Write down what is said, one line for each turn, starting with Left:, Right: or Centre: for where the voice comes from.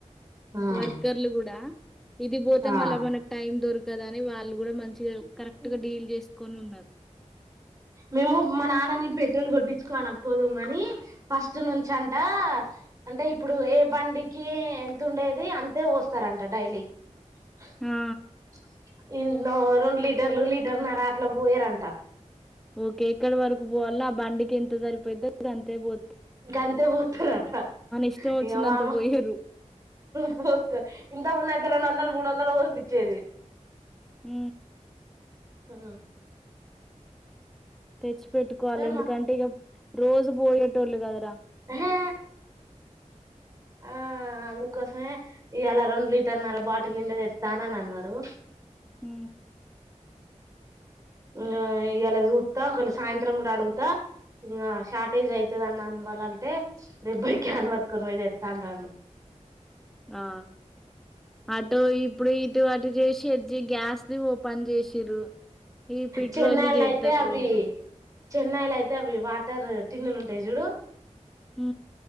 Right: ఆ
Centre: వర్కర్లు గూడా ఇది బోతే
Right: ఆ
Centre: మళ్ళ మనక్ టైం దొర్ కద అని వాళ్ గూడా మంచిగ కరెక్ట్ గ డీల్ చేసుకొని ఉన్నారు
Right: మేము మా నాన్నని పెట్రోల్ కొట్టించుకో అనకపోదుం గానీ ఫస్ట్ నుంచి అంటా అంటే ఇప్పుడు ఏ బండికీ ఎంతుండేది అంతే వోస్తారంట డైలీ <unintelligible>
Centre: ఆ
Right: లిట్ టర్లు లీటర్ నరా అట్ల బోయరంట
Centre: ఓకే ఎక్కడ వరకు బోవల్ల ఆ బండికి ఎంత సరిపోయిద్దో అంతే బో
Right: గంతే పోత్తరట
Centre: ఇష్టం వచ్చిందంత
Right: ఇగ మామ
Centre: పోయరు
Right: పోసుకో ఇంత ముందు అయితే రెండు వందల్ మూడు వందల్ పోపిచ్చేది
Centre: ఊ
Right: ఆ
Centre: తెచ్చి పెట్టుకోవాలె ఎందుకంటే
Right: మా
Centre: ఇగ రోజు బోయేటోళ్ళు గదరా
Right: ఎహే ఆ అందుకోసమే ఇయ్యాల రెండు లీటర్నర బాటిల్ నిండా తెత్తానని అన్నడు
Centre: ఊ
Right: ఊ ఇయ్యాల సూత్త కొన్ని సాయంత్రం గూడ అడుగుతా <unintelligible> షార్టేజ్ అయితది అన్న అన్ వాళ్ళంటే, రేబ్బోయి క్యాన్ వట్టుకోని వొయ్ తెత్తాంటాండు.
Centre: ఆ అటో ఇప్పుడు ఇటు అటు జేసి <unintelligible> గ్యాస్ ది ఓపన్ చేసిరు ఈ పెట్రోల్
Right: చెన్నై
Centre: ది చేస్తారు
Right: లైతే అవ్వి చెన్నైలైతే అవ్వి వాటర్ టిన్నులు ఉంటయ్ జూడు
Centre: ఉ